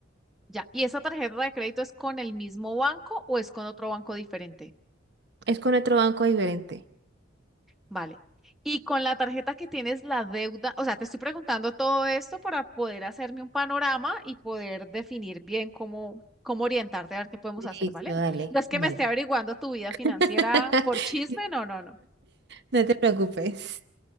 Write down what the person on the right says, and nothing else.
Es con otro banco diferente.
Listo,
dale,
vale.
<laughs>
No te preocupes.